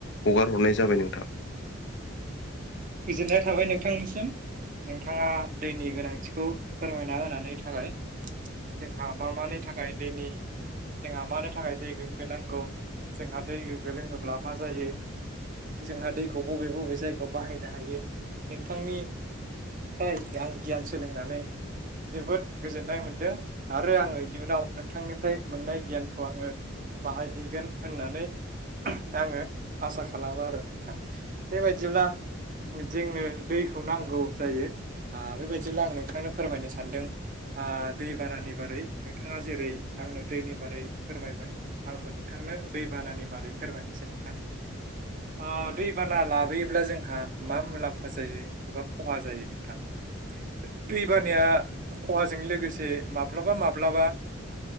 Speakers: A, on the left (about 60°); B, on the right (about 40°).
A: हगार हरनाय जाबाय नोंथां
B: गोजोननाय थाबाय नोंथांनिसिम नोंथाङा दैनि गोनांथि खौ फोरमायना होनानै थाखाय जोंहा मा मानि थाखाय दैनि जोंहा मानो थाखाय दै गोग्गो नांगौ जोंहा दै गोग्गो लोङोब्ला मा जायो जोंहा दैखौ बबे बबे जायगायाव बाहाय नो हायो नोंथांनि फ्राय आं गियान सोलोंनानै जोबोद गोजोननाय मोनदों आरो आङो इयुनाव नोंथांनिफ्राय मोननाय गियानखौ आङो बाहायहैगोन होननानै आङो आसा खालामो आरो नोंथां बेबायदिब्ला जोंनो दैखौ नांगौ जायो ओ बेबायदिब्ला आं नोंथांनो फोरमायनो सानदों आ दै बानानि बारै नोंथाङा जेरै आंनो दैनि बारै फोरमायबाय आंबो नोंथांनो दै बानानि बारै फोरमायनोसै नोंथां ओ दैबाना लाबोयोब्ला जोंहा मा मुलाम्फा जायो एबा खहा जायो नोंथां दैबानाया खहाजों लोगोसे माब्लाबा माब्लाबा